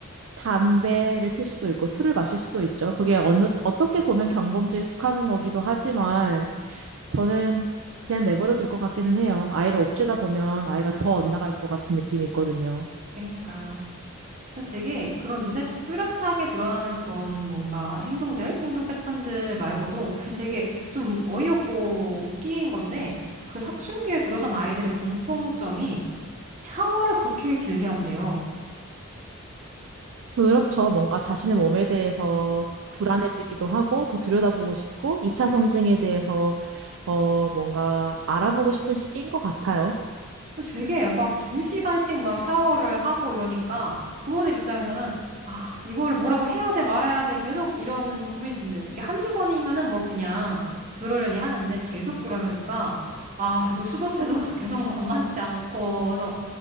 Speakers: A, on the right; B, on the right.
A: 담배를 필 수도 있고, 술을 마실 수도 있죠. 그게 어느, 어떻게 보면 경범죄에 속하는 거기도 하지만, 저는 그냥 내버려 둘 것 같기는 해요. 아이를 억죄다 보면 아이가
B: 음.
A: 더 엇나갈 것 같은 느낌이 있거든요.
B: 그러니까요. 근데 되게 그런 눈에 뚜렷하게 드러나는 그런 뭔가 행동들, 행동 패턴들 말고도 <laughs> 되게 좀 어이없고 웃긴 건데 그 사춘기에 들어선 아이들의 공통점이 샤워를 그렇게 길게 한대요.
A: 그렇죠. 뭔가 자신의 몸에 대해서 불안해지기도 하고 더 들여다보고 싶고 2차 성징에 대해서 어 뭔가 알아보고 싶은 시기인 것 같아요.
B: 되게 막 두 시간씩 막 샤워를 하고 이러니까 부모들 입장에서는 아, 이거를 뭐라고 해야 돼, 말아야 돼, 계속 이런 고민이 드는데 그게 한두 번이면은 뭐 그냥 그러려니 하는데 계속 그러니까 아, 이거 수도세도 <laughs> 계속 만만치 않고 그래서